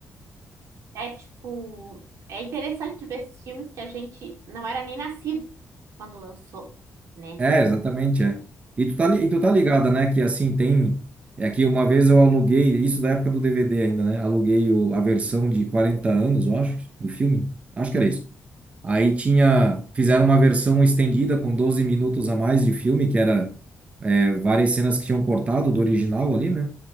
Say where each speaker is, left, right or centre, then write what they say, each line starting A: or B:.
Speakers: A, on the right (about 80°); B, on the right (about 25°).
A: É tipo, é interessante ver esses filmes que a gente não era nem nascido quando lançou, né?
B: É, exatamente, é. E tu tá li- e tu tá ligada, né, que assim tem é que uma vez eu aluguei, isso da época do DVD ainda, né? Aluguei o, a versão de 40 anos, eu acho, do filme. Acho que era isso. Aí tinha, fizeram uma versão estendida com 12 minutos a mais de filme, que era é, várias cenas que tinham cortado do original ali, né?